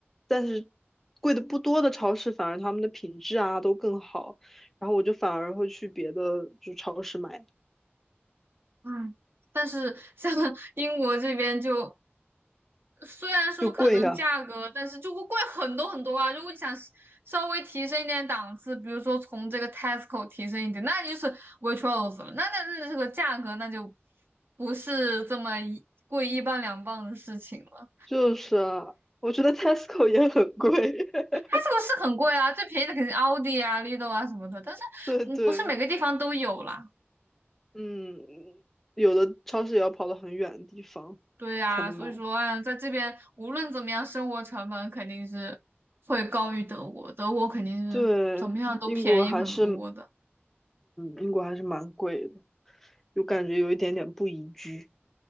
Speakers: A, in the centre; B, on the right (about 55°).
A: 但是贵的不多的超市反而他们的品质啊都更好，然后我就反而会去别的就超市买，
B: 嗯，嗯，但是像 <laughs> 英国这边就虽然说可能价格，
A: 就贵啊。
B: 但是就会贵很多很多啊。如果你想稍微提升一点档次，比如说从这个 Tesco 提升一点，那你就是 Waitrose 了。那那那这个价格那就不是这么一贵一磅两磅的事情了。
A: 就是啊，我觉得 Tesco 也很贵。<laughs>
B: Tesco 是很贵啊，最便宜的肯定奥迪啊、Lidl 啊什么的，但是嗯，
A: 对对，
B: 不是每个地方都有啦。
A: 嗯，有的超市也要跑到很远的地方才能买。
B: 对呀、所以说，哎呀，在这边无论怎么样，生活成本肯定是会高于德国，德国肯定是怎么样都便宜很多的。
A: 对，英国还是，嗯，英国还是蛮贵的，有感觉有一点点不宜居，